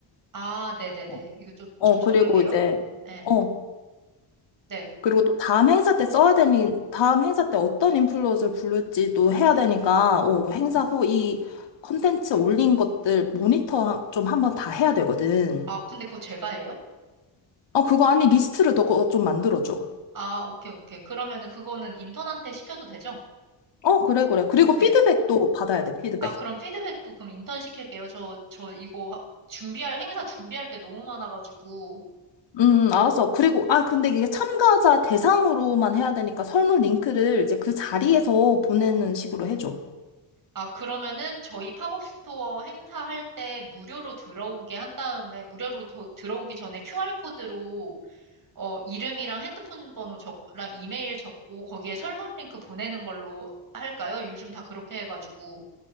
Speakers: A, on the right; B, on the left.
A: 아, 네네네.
B: 어,
A: 이거 좀,
B: 어,
A: 좀 적을게요.
B: 그리고 이제,
A: 네,
B: 어,
A: 네.
B: 그리고 또 다음 행사 때 써야 되니, 다음 행사 때 어떤 인플루언서를 부를지도 해야 되니까, 어, 행사 후 이 컨텐츠 올린 것들 모니터 좀 한번 다 해야 되거든.
A: 아, 근데 그거 제가 해요?
B: 어, 그거 아니, 리스트를 너가 좀 만들어줘.
A: 아, 오케이, 오케이. 그러면 그거는 인턴한테 시켜도 되죠?
B: 어, 그래, 그래. 그리고
A: 오케이.
B: 피드백도 받아야 돼, 피드백.
A: 아, 그럼 피드백도 그럼 인턴 시킬게요. 저, 저 이거 하- 준비할, 행사 준비할 게 너무 많아가지고.
B: 음, 음, 알았어. 그리고, 아, 근데 이게 참가자 대상으로만 해야 되니까 설문 링크를 이제 그 자리에서 보내는 식으로 해줘.
A: 아, 그러면은 저희 팝업 스토어 행사할 때 무료로 들어오게 한 다음에, 무료로 더- 들어오기 전에 QR코드로 어, 이름이랑 핸드폰 번호 적랑 이메일 적고 거기에 설문 링크 보내는 걸로 할까요? 요즘 다 그렇게 해가지고.